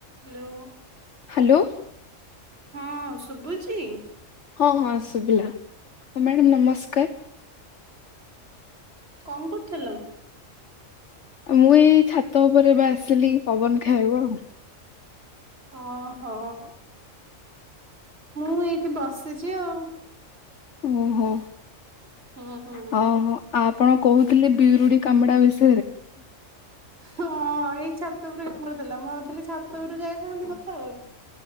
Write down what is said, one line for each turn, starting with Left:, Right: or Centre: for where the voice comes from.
Right: Hello.
Left: Hello.
Right: ହଁ ଶୁଭୁଚି।
Left: ହଁ ହଁ ଶୁଭିଲା। ହଁ ମ୍ୟାଡ଼ାମ ନମସ୍କାର।
Right: କଣ କରୁଥିଲ?
Left: ମୁଁ ଏଇ ଛାତ ଉପରେ ଏବେ ଆସିଲି ପବନ ଖାଇବା ଉ।
Right: ଓ ହୋ। ମୁଁ ଏଇଠି ବସିଚି ଆଉ।
Left: ଓହୋ
Right: ହୁଁ ହୁଁ।
Left: ହ ଆପଣ କହୁଥିଲେ ବିରୁଡି କାମଡା ବେଶୀ
Right: ହଁ ଏଇ ଛାତ ଉପରେ କାମୁଡ଼ି ଦେଲା ମୁଁ ଭାବୁଥିଲି ଛା ତ ଉପରକୁ ଯାଇଥାନ୍ତି କଥା ହବାକୁ।